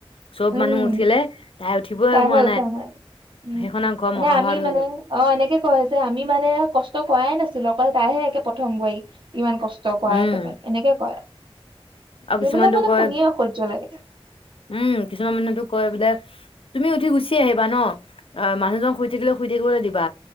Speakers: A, on the left (about 65°); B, on the right (about 55°).
A: চব
B: উম
A: মানুহ উঠিলে তাই উঠিবই
B: তাৰহে
A: হোৱা
B: উঠা নাই উম
A: সেইখন আৰু ঘৰ
B: মানে
A: মহাভাৰত
B: আমি মানে
A: হৈ যাব
B: অ এনেকে কয় যে আমি মানে কষ্ট কৰাাই নাছিলো অ তাইহে একে প্ৰথম বোৱাৰী ইমান কষ্ট কষ্ট কৰা
A: উম
B: একেবাৰে এনেকে কয়
A: আৰু
B: সেইবিলাক
A: কিছুমানতো
B: মানে
A: কয়
B: শুনিয়ে অ অসহ্য লাগে
A: উম কিছুমান মানুহেতো কয় বোলে তুমি উঠি গুচি আহিবা ন অ মানুহজন শুই থাকিলে শুই থাকিবলৈ দিবা